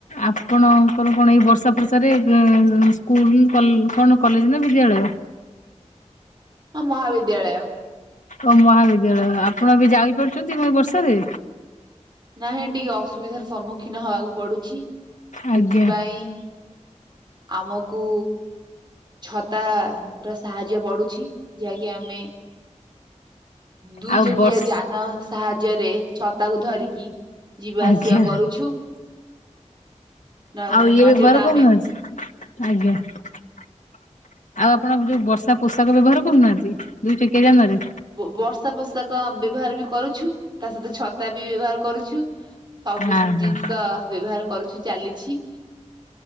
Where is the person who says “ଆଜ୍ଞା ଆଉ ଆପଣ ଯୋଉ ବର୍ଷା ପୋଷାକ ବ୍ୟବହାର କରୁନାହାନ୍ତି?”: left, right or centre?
Left